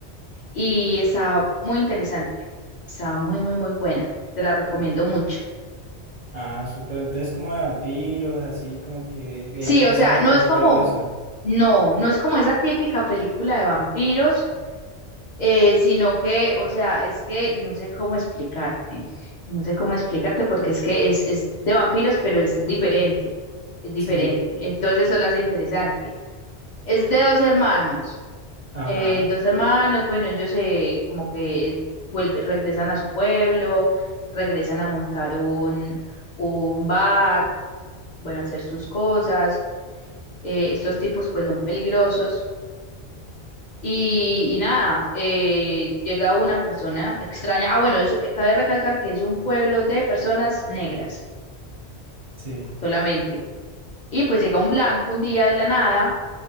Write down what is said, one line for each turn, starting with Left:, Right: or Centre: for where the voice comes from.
Left: y está muy interesante. Está muy, muy, muy buena. Te la recomiendo mucho.
Right: Ah, súper, entonces como de vampiros, así como que de
Left: Sí,
Right: ir cazándolos
Left: o sea, no es
Right: y
Left: como,
Right: todo eso.
Left: no, no es como esa típica película de vampiros Eh, sino que, o sea, es que no sé cómo explicarte, no sé cómo explicarte porque es que es, es de vampiros, pero es diferente, es diferente.
Right: Sí.
Left: Entonces eso lo hace interesante. Es de dos hermanos,
Right: Ajá,
Left: eh, dos hermanos, bueno, ellos se como que vuelve, regresan a su pueblo, regresan a montar un, un bar, bueno, a hacer sus cosas. Eh, estos tipos pues son peligrosos Y, y nada, eh, llega una persona extraña. Ah, bueno, eso, eh, cabe recalcar que es un pueblo de personas negras
Right: sí.
Left: solamente. Y pues llega un blanco un día de la nada